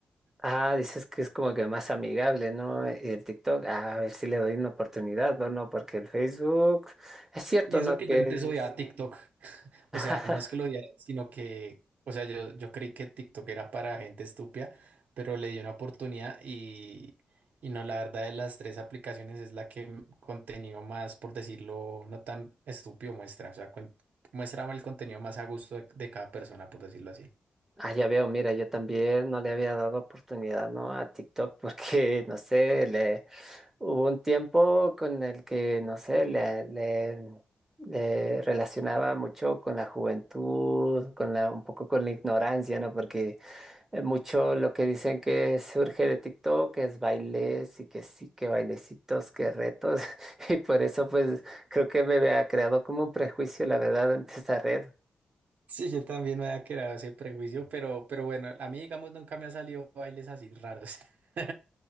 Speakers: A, on the right; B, on the right.
A: Ah, dices que es como que más amigable, ¿no? El TikTok, ah, a ver si le doy una oportunidad, bueno, porque el Facebook, es cierto,
B: Y eso
A: ¿no?
B: que
A: Que
B: yo antes odiaba
A: es-
B: TikTok. O
A: <laughs>
B: sea, no es que lo odiara, sino que, o sea, yo, yo creí que TikTok era para gente estúpida, pero le di una oportunidad y, y no, la verdad de las tres aplicaciones es la que m- contenido más, por decirlo, no tan estúpido muestra, o sea, cuen- muestra el contenido más a gusto de, de cada persona, por decirlo así.
A: Ah, ya veo, mira, yo también no le había dado oportunidad, ¿no? A TikTok <laughs> porque, no sé, le hubo un tiempo con el que, no sé, le, le, le relacionaba mucho con la juventud, con la, un poco con la ignorancia, ¿no? Porque eh, mucho lo que dicen que surge de TikTok es bailes y que sí, que bailecitos, que retos, <laughs> y por eso pues creo que me había creado como un prejuicio, la verdad, ante esta red.
B: Sí, yo también me había creado ese prejuicio, pero, pero bueno, a mí, digamos, nunca me ha salido bailes así raros. <laughs>